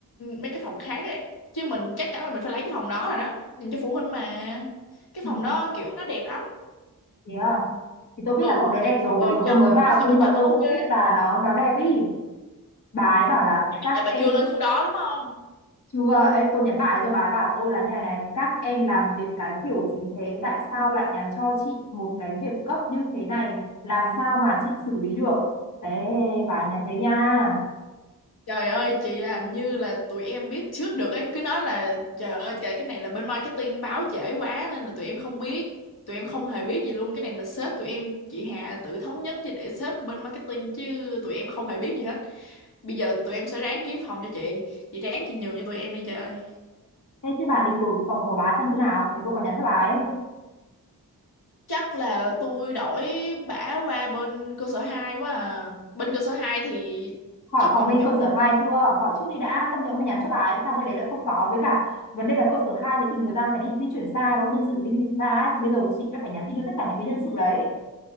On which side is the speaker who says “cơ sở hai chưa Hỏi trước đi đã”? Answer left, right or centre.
Left